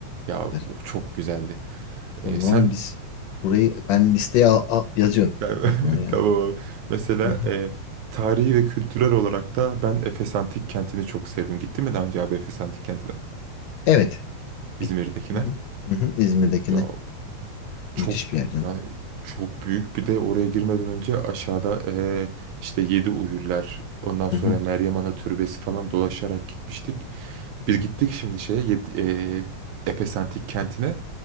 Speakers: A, on the right; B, on the left.
A: Ya
B: süper.
A: o çok güzeldi. Ee,
B: O zaman
A: sen
B: biz burayı ben listeye al- al- yazıyorum
A: <laughs>
B: o zaman ya.
A: tamam abi. Mesela
B: Hı hı.
A: e, tarihi ve kültürel olarak da ben Efes Antik Kenti'ni çok sevdim. Gittin mi daha önce abi Efes Antik Kenti'ne?
B: Evet. Gittim.
A: İzmir'dekine.
B: Hı hı. Hı hı. İzmir'dekine.
A: Ya Çok
B: Müthiş bir yer canım.
A: yani çok büyük. Bir de oraya girmeden önce aşağıda eee, işte Yedi Uyurlar, ondan sonra
B: Hı hı.
A: Meryem Ana Türbesi falan dolaşarak gitmiştik. Biz
B: Evet.
A: gittik şimdi şeye Yedi- eee, Efes Antik Kenti'ne.